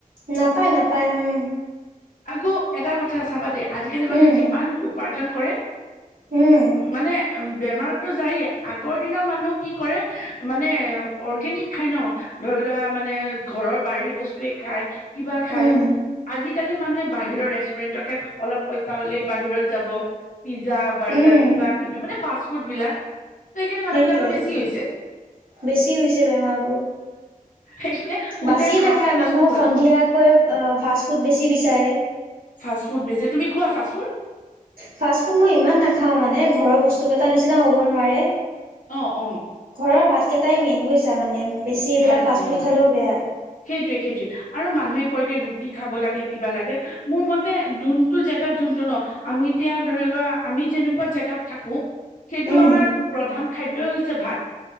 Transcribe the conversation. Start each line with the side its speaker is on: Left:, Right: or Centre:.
Right: নাপায় - নাপায় উম।
Left: আকৌ এটা কথা চাবা দেই আজিকালি
Right: উম
Left: মানে যিমান উপাৰ্জন কৰে
Right: উম।
Left: মানে বেমাৰতো যাইয়ে আগৰ দিনৰ মানুহ কি কৰে মানে অৰ্গেনিক খাই ন ধৰি লোৱা মানে ঘৰৰ বাৰীৰ বস্তুৱে খাই কিবা খায়
Right: উম
Left: আজিকালি মানুহে বাহিৰৰ ৰেষ্টুৰেণ্টকে অলপ পইচা হলেই বাহিৰত যাব। পিজ্জা বাৰ্গাৰ
Right: উম
Left: কিবা কিবি মানে ফাষ্টফুড বিলাক ত সেইকাৰণে মানুহ
Right: সেইটোৱে
Left: বিলাকৰ বেছি হৈছে
Right: বেছি হৈছে বেমাৰবোৰ।
Left: সেইকাৰণে উল্টাই
Right: বাছি
Left: ঘাচ
Right: নাখায়
Left: ফুচ
Right: মানুহক
Left: খোৱা
Right: সন্ধিয়াকৈ ফাষ্ট ফুড বেছি বিচাৰে।
Left: ফাষ্টফুড বেছি তুমি খোৱা ফাষ্টফুড?
Right: ফাছফুড মই ইমান নাখাও মানে ঘৰৰ বস্তু নিচিনা হ'ব নোৱাৰে।
Left: অ', -অ',
Right: ঘৰৰ ভাতকেইটাই মেইন বুজছা মানে? বেছি এইবিলাক
Left: ভাত গেইটাই
Right: ফাষ্টফুড
Left: মানে
Right: খালেও বেয়া।
Left: সেইটোৱে - সেইটো আৰু মান হি কৈ দিয়ে ৰুটি খাব লাগে কিবা লাগে মোৰ মতে জোনটো জেগাত জোনটো ন তেতিয়া ধৰি লোৱা আমি যেনেকুৱা জোগাত থাকো সেইটো
Right: উম,
Left: আমাৰ প্ৰধান খাদয়ই হৈছে ভাত